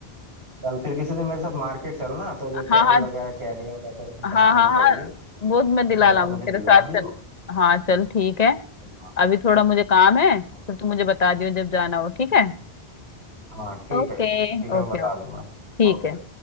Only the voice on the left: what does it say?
हाँ
हाँ
हाँ
हाँ
हाँ
वो मैं
दिला
लाऊंगी
तेरे
साथ
चल लूंगी हाँ चल ठीक है
अभी थोड़ा मुझे काम है फिर
तू मुझे बता दियो जब जाना हो ठीक है
ओके
Okay
okay
ठीक
है